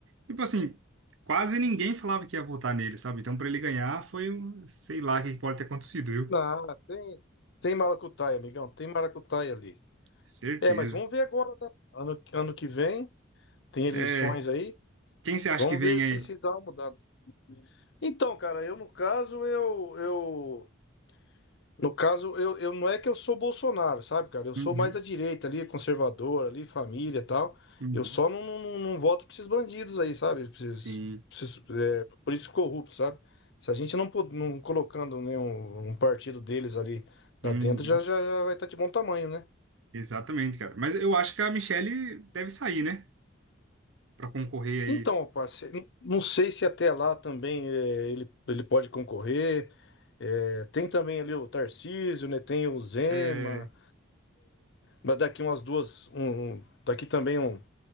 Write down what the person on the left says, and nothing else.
Ah, tem, tem maracutaia, amigão. Tem maracutaia ali.
É, mas vamos ver agora, né? Ano, ano que vem, tem eleições
aí.
Vamos
ver se
se dá uma mudada. Então, cara, eu no caso, eu, eu no caso, eu, eu não é que eu sou Bolsonaro, sabe, cara? Eu
sou mais da direita ali, conservador ali, família e tal.
Eu só não, não, não- não voto pra esses bandidos aí, sabe? Pra esses-
pra esses, é, políticos corruptos, sabe? Se a gente não, pô- não colocando nenhum um partido deles ali
lá dentro, já, já, já vai estar de bom tamanho, né?
Então, rapaz, cê- n- não sei se até lá também é, ele, ele pode concorrer. É, tem também ali o Tarcísio, né? Tem o Zema.
Mas daqui umas duas, um, um- daqui também um,